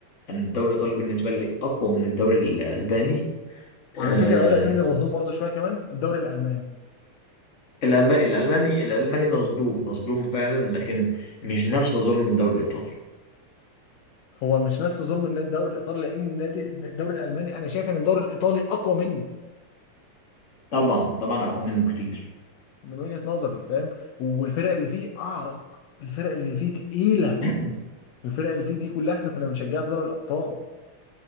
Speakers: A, on the left; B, on the left.
A: يعني الدوري الإيطالي بالنسبة لي أقوى من الدوري الأسباني آه
B: وعلى فكرة أقول لك مين اللي مظلوم برضه شوية كمان الدوري الألماني
A: الألم- الألماني الألماني مصدوم مصدوم فعلا لكن مش نفس ظلم الدوري الإيطالي
B: هو مش نفس ظلم النادي الدوري الإيطالي لأن النادي الدوري الألماني أنا شايف إن الدوري الإيطالي أقوى منه
A: طبعا طبعا أقوى منه بكتير
B: من وجهة نظري فاهم والفرق اللي فيه أعرق الفرق اللي فيه تقيلة
A: <clears throat> <laughs>
B: الفرق اللي فيه دي كلها احنا كنا بنشجعها في دوري الابطال